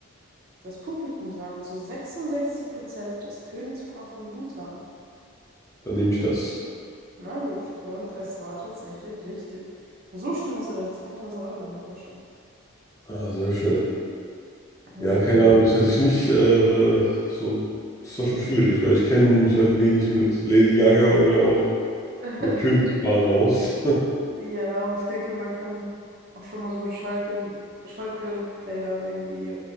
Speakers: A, on the right; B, on the left.
A: das Publikum sagt zu 66% das Königspaar von Bhutan.
B: Dann nehme ich das.
A: Na gut, und es war tatsächlich richtig. Und so schnell hast du dann 2000 Euro in der Tasche.
B: Ah, sehr schön.
A: Hm.
B: Ja, keine Ahnung, das hätte ich nicht, äh, so, das war schon schwierig, weil ich kenne mich halt wenig mit Lady Gaga oder auch
A: <laughs>
B: mit Königspaaren aus. <laughs>
A: Ja, und ich denke, man kann auch schon mal so einen Schalke, Schalke-Player irgendwie